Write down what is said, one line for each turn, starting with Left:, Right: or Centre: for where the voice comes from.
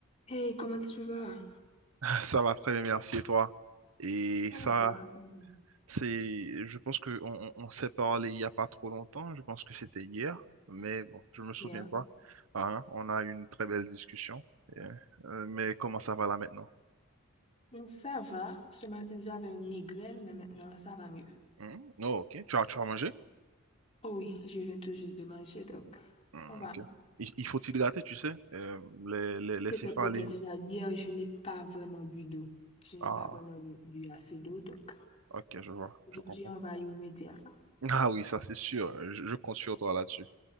Left: Hey, comment tu vas?
Right: Ça va très bien, merci et toi. Et
Left: Ça
Right: ça,
Left: va, ça va.
Right: c'est, je pense que on, on- on s'est parlé il n'y a pas trop longtemps, je pense que c'était hier, mais bon, je me souviens
Left: Bien.
Right: pas. Ah, hein, on a eu une très belle discussion. Et, euh, mais comment ça va là maintenant?
Left: Mm, Ça va. Ce matin, j'avais une migraine, mais maintenant, ça va mieux.
Right: Hmm, Oh, ok, tu as, tu as mangé?
Left: Oh oui, je viens tout juste de manger, donc
Right: Hmm,
Left: on va
Right: ok.
Left: mieux.
Right: Il, il faut t'hydrater, tu sais. Euh, les, les, les
Left: C'était
Right: céphalées.
Left: peut-être ça. Hier, je n'ai pas vraiment bu d'eau. Je n'ai
Right: Ah,
Left: pas vraiment bu, bu assez d'eau, donc
Right: ok, je vois,
Left: aujourd'hui,
Right: je comprends.
Left: on va y remédier à ça.
Right: Ah oui, ça c'est sûr, je, je compte sur toi là-dessus.